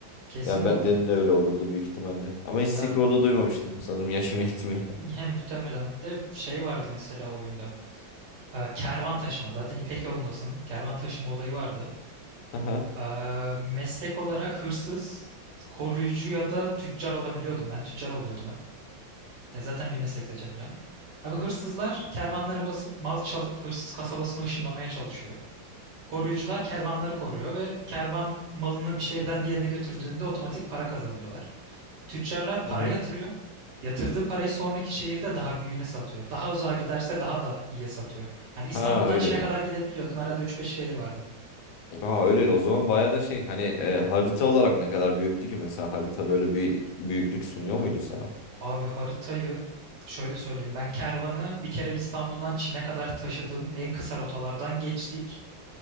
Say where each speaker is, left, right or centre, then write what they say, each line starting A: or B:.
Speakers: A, on the right (about 65°); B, on the left (about 85°).
A: Kesinlikle.
B: Ya ben, benim de öyle olurdu büyük ihtimalle. Ama hiç
A: Ya
B: Silk Road'u duymamıştım. Sanırım yaşım yetmiyor.
A: <clears throat> hem
B: <laughs>
A: muhtemelen de şey vardı mesela o oyunda. Ee, Kervan taşıma. Zaten İpek yolundasın. Kervan taşıma olayı vardı.
B: Aha.
A: Eee, meslek olarak hırsız, koruyucu ya da tüccar olabiliyordum. Ben tüccar oluyordum hep. Ya zaten bir meslek seçebiliyorsun. Abi hırsızlar kervanları basıp mal çalıp hırsız kasabasını ışınlamaya çalışıyor. Koruyucular kervanları koruyor ve kervan malını bir şehirden diğerine götürdüğünde otomatik para kazanıyorlar. Tüccarlar para
B: Hı hı.
A: yatırıyor. Yatırdığı parayı sonraki şehirde daha büyüğüne satıyor. Daha uzağa giderse daha da iyiye satıyor. Yani İstanbul'dan
B: Ha öyleli.
A: Çin'e kadar gidebiliyordun. Arada üç beş şehir vardı.
B: Ha öyleli. O zaman bayağı da şey hani e, harita olarak ne kadar büyüktü ki mesela harita böyle bir büyüklük sunuyor muydu sana?
A: Abi haritayı şöyle söyleyeyim. Ben kervanı bir kere İstanbul'dan Çin'e kadar taşıdım. En kısa rotalardan geçtik.